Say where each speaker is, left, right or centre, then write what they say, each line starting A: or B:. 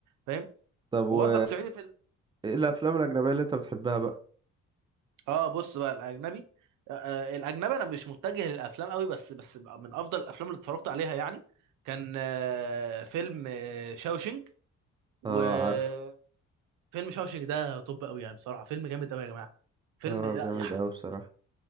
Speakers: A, on the right (about 80°); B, on the right (about 15°).
A: فاهم
B: طب و
A: وبرضك صعيدي في ال-
B: ايه الافلام الاجنبية اللي انت بتحبها بقى
A: اه بص بقى الاجنبي آه آه، الاجنبي انا مش متجه للافلام قوي بس بس من افضل الافلام اللي اتفرجت عليها يعني كان آه فيلم آه شاوشنج وفيلم
B: اه عارف
A: شاوشنج ده طب قوي يعني بصراحه فيلم جامد قوي يا جماعه فيلم
B: اه
A: لا
B: جامد
A: يا حاف
B: قوي بصراحة